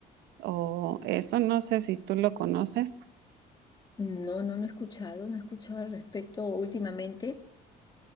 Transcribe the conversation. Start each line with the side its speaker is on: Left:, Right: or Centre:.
Right: o eso, no sé si tú lo conoces.
Left: No, no, no he escuchado, no he escuchado al respecto últimamente.